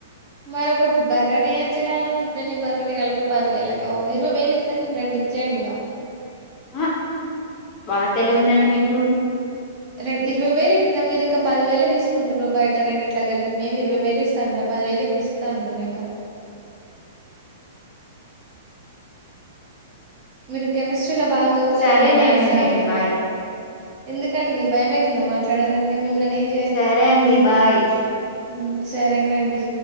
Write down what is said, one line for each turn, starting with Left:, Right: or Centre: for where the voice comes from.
Right: మరొక బర్రని ఇయచ్చగా దుడ్డని బర్రని కలిపి పదివేలక ఓ ఇరవై వేలు ఇత్తం గని రెండు ఇచ్చేయండి ఇగ
Left: ఆహ్ బా తెల్వుందండి మీకు హ్
Right: రెం ఇరవై వేలు ఇత్త మీరు ఇంకా పది వేలే తీసుకుంటారు బయట రెండిట్ల కలిపి మేము ఇరవై వేలు ఇస్తా అంటున్న పదివేలు ఎక్కువ ఇస్తా అంటున్నా ఇంకా మీరు కెమిస్ట్రీ ల బాగా తోపు
Left: సరేలేండి
Right: కదండి మ్యాథ్స్ రాదు
Left: మీరు
Right: గా
Left: బాయ్
Right: ఎందుకండి భయమయితుందా మాట్లాడాలంటే మిమ్మల్ని ఏం
Left: సరే అండి బాయ్
Right: హ్మ్ సరేనండి